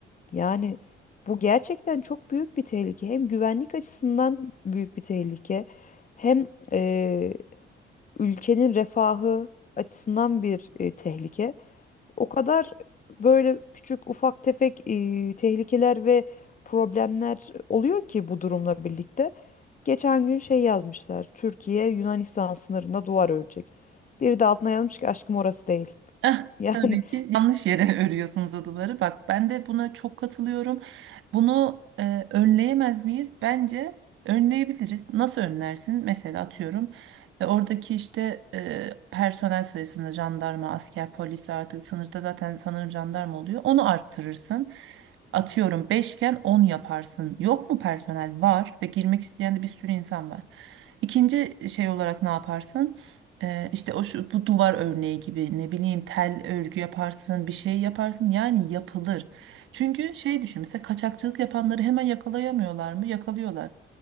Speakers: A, on the left; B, on the right.
A: Yani bu gerçekten çok büyük bir tehlike. Hem güvenlik açısından büyük bir tehlike, hem eee, ülkenin refahı açısından bir e, tehlike. O kadar böyle küçük ufak tefek e, tehlikeler ve problemler oluyor ki bu durumla birlikte. Geçen gün şey yazmışlar. Türkiye Yunanistan sınırında duvar örecek. Biri de altına yazmış ki aşkım orası değil. <laughs>
B: Eh,
A: Yani
B: Tabii ki yanlış yere <laughs> örüyorsunuz o duvarı. Bak ben de buna çok katılıyorum. Bunu e, önleyemez miyiz? Bence önleyebiliriz. Nasıl önlersin? Mesela atıyorum e, oradaki işte e, personel sayısını jandarma, asker, polis artık sınırda zaten sanırım jandarma oluyor. Onu arttırırsın. Atıyorum beşken 10 yaparsın. Yok mu personel? Var ve girmek isteyen de bir sürü insan var. İkinci şey olarak ne yaparsın? Ee, işte o şu, bu duvar örneği gibi ne bileyim tel örgü yaparsın bir şey yaparsın yani yapılır. Çünkü şey düşün mesela kaçakçılık yapanları hemen yakalayamıyorlar mı? Yakalıyorlar.